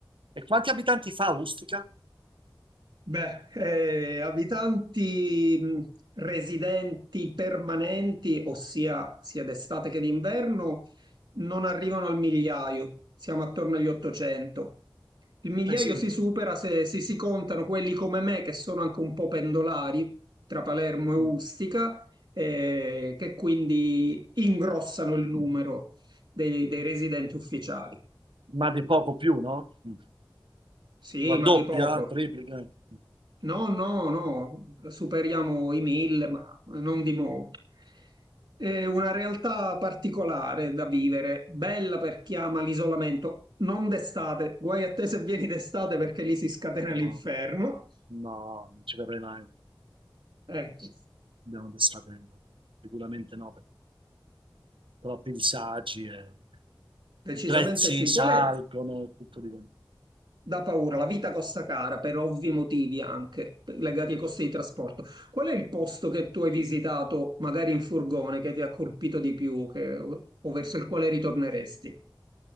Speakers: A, on the right; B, on the right.
A: E quanti abitanti fa Ustica?
B: Beh, eh, abitanti mh, residenti permanenti, ossia sia d'estate che d'inverno, non arrivano al migliaio, siamo attorno agli 800. Il migliaio
A: Eh sì,
B: si supera se, se si contano quelli come me, che sono anche un po' pendolari tra Palermo e Ustica,
A: mm.
B: eh, che quindi ingrossano il numero dei dei residenti ufficiali.
A: ma di poco più, no? Mm.
B: Sì,
A: Raddoppia,
B: ma di poco.
A: triplica? Mm.
B: No, no, no, superiamo i mille, ma non di molto. È una realtà particolare da vivere, bella per chi ama l'isolamento, non d'estate, guai a te se vieni d'estate perché lì si scatena l'inferno.
A: No, no, non ci verrei mai.
B: Ecco,
A: Abbiamo pensato, eh, sicuramente no, per troppi disagi, e
B: decisamente
A: i prezzi
B: sì.
A: salgono
B: Qual è?
A: e tutto diventa.
B: Da paura, la vita costa cara per ovvi motivi anche legati ai costi di trasporto. Qual è il posto che tu hai visitato, magari in furgone, che ti ha colpito di più che- o verso il quale ritorneresti?